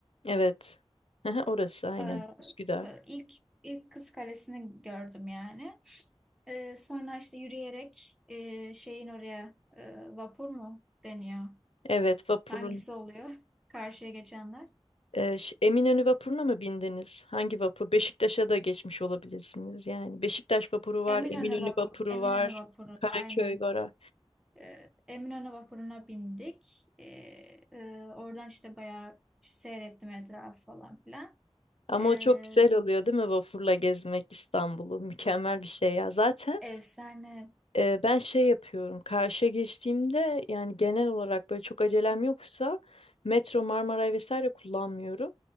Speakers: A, on the left (about 70°); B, in the centre.
A: Evet. Hı hı, Orası aynen.
B: Ee,
A: Üsküdar.
B: ta- ilk ilk Kız Kalesi'ni gördüm yani. Ee, sonra işte yürüyerek e, şeyin oraya e, vapur mu deniyor?
A: Evet, vapurun.
B: Hangisi oluyor? Karşıya geçenler.
A: e, ş- Eminönü vapuruna mı bindiniz? Hangi vapur? Beşiktaş'a da geçmiş olabilirsiniz. Yani Beşiktaş vapuru var,
B: Eminönü
A: Eminönü
B: vapur,
A: vapuru
B: Eminönü
A: var,
B: vapuru
A: Karaköy
B: aynen.
A: var.
B: Ee, Eminönü vapuruna bindik. Ee, e, oradan işte bayağı işte seyrettim etrafı falan filan.
A: Ama
B: Ee,
A: o çok güzel oluyor değil mi vapurla gezmek İstanbul'u? Mükemmel bir şey ya. Zaten
B: efsane.
A: Eee, ben şey yapıyorum. Karşıya geçtiğimde yani genel olarak böyle çok acelem yoksa metro, Marmaray vesaire kullanmıyorum.